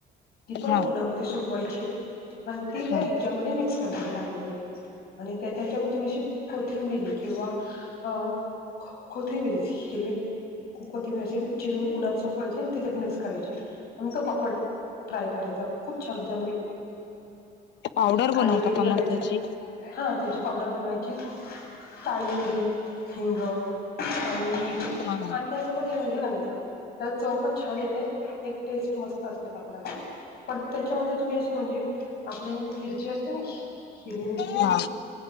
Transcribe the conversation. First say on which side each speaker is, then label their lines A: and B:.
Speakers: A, on the left (about 65°); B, on the left (about 80°).
A: ती पण
B: हा
A: उन्हामध्ये सुकवायची. आणि ती त्या
B: हा
A: ह्याच्यामध्ये मिक्स करायची डाळीमध्ये आणि त्या त्याच्यावर थोडीशी कोथिंबिरी किंवा अ खो खोथिंबीर हिरवी कोथिंबिरी अशी चिरून उन्हात सुकवायची आणि ती त्यात मिक् करायची आणि तो पापड ट्राय करायचा. खूप छान होते. म्हणजे
B: पावडर
A: काळी
B: बनवता
A: मिरी
B: का
A: घालायची-
B: मग त्याची
A: हा त्याची पावडर बनवायची काळी मिरी, हिंग आणि मीठ
B: हा
A: आणि त्यासोबर हे, हे घालायचं त्याला चव पण छान येत ते एक टेस्ट मस्त असते पापडाला प त्याच्यामध्ये तुम्ही असं म्हणजे आपली मिरची असते ना हिरवी मिर्ची..
B: हा